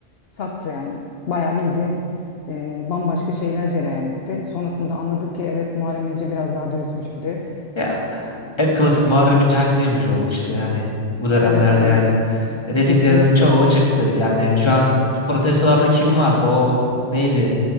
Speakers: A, on the left; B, on the left.
A: Sattı yani. Bayağı bildiğin e, bambaşka şeyler cereyan etti. Sonrasında anladık ki evet Muharrem İnce biraz daha dürüstmüş gibi.
B: Ya hep klasik Muharrem İnce haklıymış oldu işte hani bu dönemlerde
A: Evet aynı
B: yani E, dediklerinin
A: Kesinlikle.
B: çoğu çıktı. Yani şu an protestolarda kim vardı? O neydi?